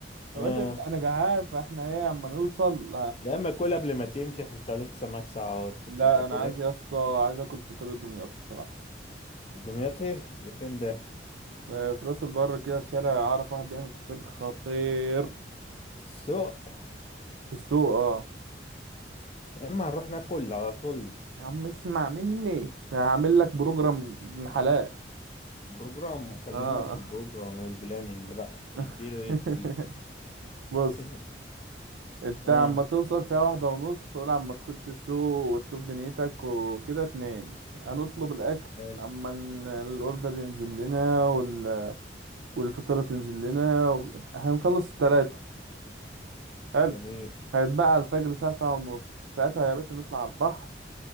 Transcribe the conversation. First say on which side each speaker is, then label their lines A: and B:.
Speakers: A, on the left; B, on the right.
A: اه
B: بس انت انا جعان فاحنا ايه اما نوصل
A: يا اما كل قبل ما تمشي احنا انت لسه معاك ساعة وتشوف
B: لا
A: تاكل
B: انا عايز
A: ايه
B: يا اسطى عايز اكل فطير دمياط بصراحه
A: دمياط ايه ده فين ده
B: آه، في راس البر كده في شارع اعرف واحد بيعمل فطير خطير
A: في السوق
B: في السوق اه
A: يا اما هنروح ناكل على طول
B: يا عم اسمع مني أنا هعمل لك بروجرام ابن حلال
A: بروجرام خلينا
B: اه
A: في البروجرام والبلاننج بقى
B: <laughs>
A: اديله ادي
B: بص
A: <laughs>
B: انت
A: اه
B: عما توصل فيها واحدة ونص ولا عما تخش السوق وتشوف دنيتك وكده اتنين هنطلب الأكل
A: حلو
B: عما ن- الأوردر ينزل لنا وال... والفطيرة تنزل لنا و... هنخلص التلاتة حلو
A: جميل
B: هيتبقى على الفجر الساعة ساعة ونص ساعتها يا باشا نطلع على البحر